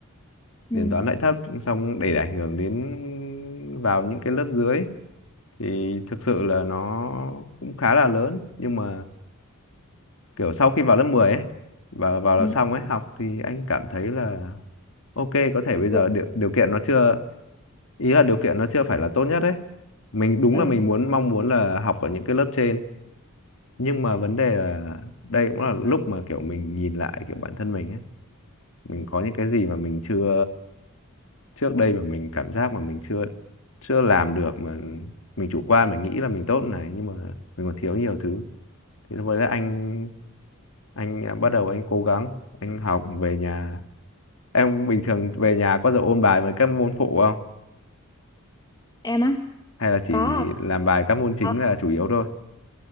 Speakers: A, on the left (about 20°); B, on the left (about 65°).
A: ừ
B: điểm toán lại thấp xong để ảnh hưởng đến vào những cái lớp dưới thì thực sự là nó cũng khá là lớn nhưng mà kiểu sau khi vào lớp 10 ấy và vào là
A: ừ.
B: xong ấy học thì anh cảm thấy là ok có thể
A: cũng
B: bây giờ
A: được
B: điều, điều kiện nó chưa ý là điều kiện nó chưa phải là tốt nhất ấy mình đúng
A: ừ
B: là mình muốn mong muốn là học ở những cái lớp trên nhưng mà vấn đề là đây cũng là lúc mà kiểu mình nhìn lại kiểu bản thân mình ấy mình có những cái gì mà mình chưa trước đây mà mình cảm giác mà mình chưa chưa làm được mà mình chủ quan mình nghĩ là mình tốt này nhưng mà mình còn thiếu nhiều thứ thì lúc đấy anh anh à, bắt đầu anh cố gắng anh học về nhà em bình thường về nhà có giờ ôn bài với các môn phụ không
A: em á
B: hay là chỉ
A: có
B: làm bài các môn chính
A: có
B: là chủ yếu thôi